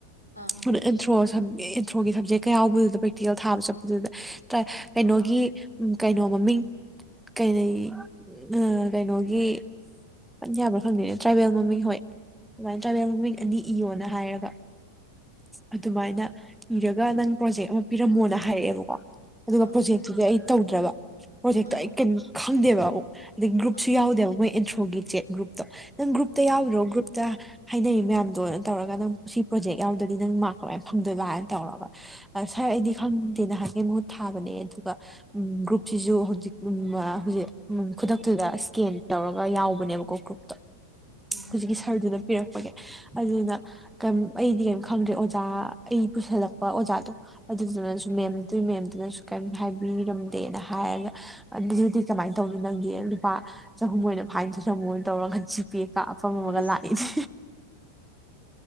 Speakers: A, on the left (about 85°); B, in the centre.
A: ꯑꯥ
B: ꯑꯗꯨ ꯑꯦꯟꯊ꯭ꯔꯣ ꯑꯦꯟꯊ꯭ꯔꯣꯒꯤ ꯁꯞꯖꯦꯛ ꯀ ꯌꯥꯎꯕꯗꯨꯗ ꯄ꯭ꯔꯦꯛꯇꯤꯀꯦꯜ ꯊꯥꯕ ꯆꯠꯄꯗꯨꯗ ꯀꯩꯅꯣꯒꯤ ꯀꯩꯅꯣ ꯃꯃꯤꯡ ꯀꯩꯩ ꯎ ꯀꯩꯅꯣꯒꯤ ꯌꯥꯕ꯭ꯔꯥ ꯈꯪꯗꯦꯅꯦ ꯇ꯭ꯔꯥꯏꯕꯦꯜ ꯃꯃꯤꯡ ꯍꯣꯏ ꯑꯗꯨꯨꯃꯥꯏꯅ ꯇ꯭ꯔꯥꯏꯕꯦꯜ ꯃꯃꯤꯡ ꯑꯅꯤ ꯏꯌꯣꯅ ꯍꯥꯏꯔꯒ ꯑꯗꯨꯃꯥꯏꯅ ꯏꯔꯒ ꯅꯪ ꯄ꯭ꯔꯣꯖꯦꯛ ꯑꯃ ꯄꯤꯔꯝꯃꯣꯅ ꯍꯥꯏꯔꯛꯑꯦꯕꯀꯣ ꯑꯗꯨꯒ
A: ꯑꯥ
B: ꯄ꯭ꯔꯣꯖꯦꯛꯇꯨꯗꯤ ꯑꯩ ꯇꯧꯗ꯭ꯔꯕ ꯄ꯭ꯔꯣꯖꯦꯛꯇꯣ
A: ꯑꯥ
B: ꯑꯩ ꯀꯩꯅꯣ ꯈꯪꯗꯦꯕ ꯑꯗꯩ ꯒ꯭ꯔꯨꯞꯁꯨ
A: ꯑꯥ
B: ꯌꯥꯎꯗꯦꯕ ꯃꯣꯏ ꯑꯦꯟꯊ꯭ꯔꯣꯒꯤ ꯆꯦꯠ ꯒ꯭ꯔꯨꯞꯇꯣ ꯅꯪ ꯒ꯭ꯔꯨꯞꯇ
A: ꯑꯥ
B: ꯌꯥꯎꯗꯣ ꯒ꯭ꯔꯨꯞꯇ ꯍꯥꯏꯅꯩ ꯃꯌꯥꯝꯗꯣ ꯇꯧꯔꯒ ꯅꯪ ꯁꯤ ꯄ꯭ꯔꯣꯖꯦꯛ ꯌꯥꯎꯗꯗꯤ ꯅꯪ ꯃꯥꯔꯛ ꯀꯃꯥꯏꯅ ꯐꯪꯗꯣꯏꯕꯅ ꯇꯧꯔꯒ ꯁꯥꯔ ꯑꯩꯗꯤ ꯈꯪꯗꯦ ꯅꯍꯥꯟꯀꯤ ꯃꯍꯨꯠ ꯊꯥꯕꯅꯦ ꯑꯗꯨꯒ ꯎꯝ ꯒ꯭ꯔꯨꯞꯁꯤꯁꯨ ꯍꯧꯖꯤꯛ ꯍꯧꯖꯤꯛ ꯎꯝ ꯈꯨꯗꯛꯇꯨꯗ ꯁꯀꯦꯟ ꯇꯧꯔꯒ ꯌꯥꯎꯕꯅꯦꯕꯀꯣ ꯀ꯭ꯔꯨꯞ
A: ꯎꯝ
B: ꯍꯧꯖꯤꯛꯀꯤ ꯁꯔꯗꯨꯅ ꯄꯤꯔꯛꯄꯒꯦ ꯑꯗꯨꯅ ꯑꯩꯗꯤ ꯀꯩꯝ ꯈꯪꯗ꯭ꯔꯦ ꯑꯣꯖꯥ ꯑꯩ ꯄꯨꯁꯤꯜꯂꯛꯄ ꯑꯣꯖꯥꯗꯣ ꯑꯗꯨꯗꯨꯅꯁꯨ ꯃꯦꯝꯗꯨ ꯃꯦꯝꯗꯨꯅꯁꯨ ꯀꯔꯤꯝ ꯍꯥꯏꯕꯤꯔꯝꯗꯦꯅ ꯍꯥꯏꯔꯒ ꯑꯗꯨ ꯍꯧꯖꯤꯛꯇꯤ ꯀꯃꯥꯏꯅ ꯇꯧꯅꯤ ꯅꯪꯗꯤ ꯂꯨꯄꯥ ꯆꯍꯨꯝ ꯑꯣꯏꯅ ꯐꯥꯏꯟ ꯗ ꯊꯤꯔꯣꯅ ꯇꯧꯔꯒ ꯄꯦ ꯀꯥꯞꯄꯝꯃꯒ
A: ꯑꯁ
B: ꯂꯥꯛꯏꯅꯦ